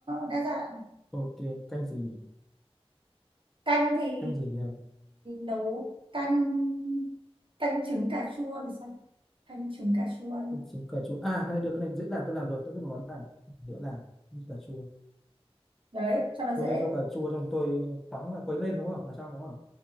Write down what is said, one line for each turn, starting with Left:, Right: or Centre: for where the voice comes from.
Right: đa dạng.
Centre: ok canh gì nhỉ
Right: Canh thì
Centre: canh gì thì hợp
Right: nấu canh canh trứng cà chua thì sao? Canh trứng cà chua đi.
Centre: tôi chấm cà chua à cái này được cái này dễ làm tôi làm rồi tôi biết là món này dễ làm như cà chua
Right: Đấy, cho nó
Centre: tôi
Right: dễ.
Centre: hay cho cà chua xong tôi khoắng là quấy lên đúng không là xong đúng không